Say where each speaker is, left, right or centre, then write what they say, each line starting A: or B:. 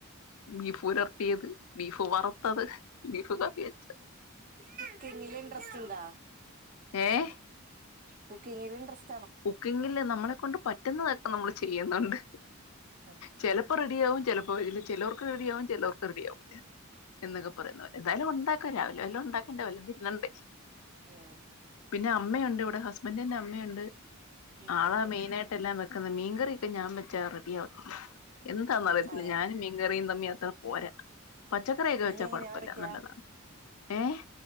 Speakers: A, on the left; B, on the right.
A: ബീഫ് ഉലർത്തിയത് ബീഫ് വറുത്തത് ബീഫ് കറി വെച്ചത്
B: കുക്കിങ്ങിൽ ഇൻട്രസ്റ്റ് ഇണ്ടാ
A: ഏഹ്
B: കുക്കിംഗിന് ഇണ്ട്രസ്റ്റ്
A: കുക്കിങ്ങില് നമ്മളെ കൊണ്ട് പറ്റുന്ന നമ്മള് ചെയ്യുന്നുണ്ട്
B: ഉം
A: ചിലപ്പോ റെഡിയാവും ചില ഒ ഇത് ചെലോർക്ക് റെഡിയവും ചെലോക്ക് റെഡി ആവൂല എന്നൊക്കെ പറയുന്നത് പോല എന്തായാലും ഉണ്ടാക്ക രാവിലെ വല്ലാം ഉണ്ടാക്ക <unintelligible> പിന്നെണ്ട്
B: ഉം
A: പിന്നെ അമ്മയുണ്ട് ഇവിടെ ഹസ്ബൻന്റിന്റെ അമ്മയുണ്ട്
B: ഉം
A: ആള
B: ഉം ഉം
A: മെയിനായിട്ടെല്ലാം വെക്കുന്ന മീൻകറി പി ഞാൻ വെച്ചാ റെഡി ആവത്തില്ല എന്താന്നറിയത്തില്ല
B: അതെ
A: ഞാനും മീൻക്കറിം തമ്മി അ ത്ര പോരാ പച്ചക്കറിയൊക്കെ
B: നിങ്ങ
A: വെച്ചാ
B: എങ്ങനെയാ
A: കൊഴപ്പല്ല
B: വരയ്ക്കാ
A: നല്ലതാ ഏഹ്